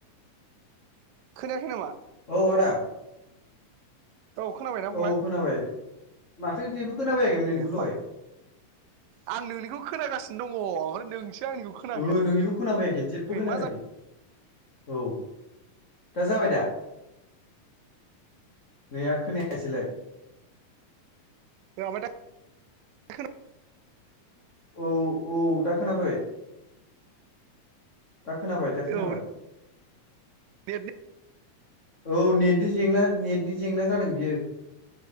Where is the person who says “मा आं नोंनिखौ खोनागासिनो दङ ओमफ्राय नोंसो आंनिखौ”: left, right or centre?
Right